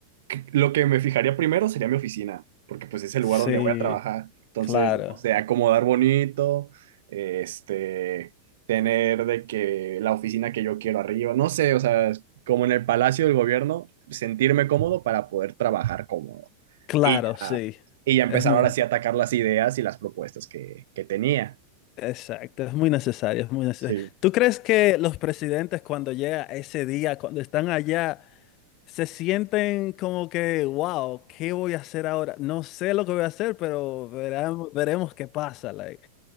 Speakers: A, on the right; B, on the left.
A: que- lo que me fijaría primero sería mi oficina, porque pues es el
B: Sí,
A: lugar donde voy a trabajar. Entonces,
B: claro,
A: no sé, acomodar bonito, este, tener de que la oficina que yo quiero arriba, no sé, o sea, es como en el Palacio del Gobierno, sentirme cómodo para poder trabajar cómodo.
B: claro,
A: Y ya,
B: sí.
A: y ya
B: Es
A: empezar
B: muy,
A: ahora
B: nece-
A: sí a atacar las ideas y las propuestas que, que tenía.
B: exacto, es muy necesario, es muy necesario.
A: Sí.
B: ¿Tú crees que los presidentes cuando llega ese día, cuando están allá, se sienten como que, wow, ¿qué voy a hacer ahora? No sé lo que voy a hacer, pero veremos, veremos qué pasa. like.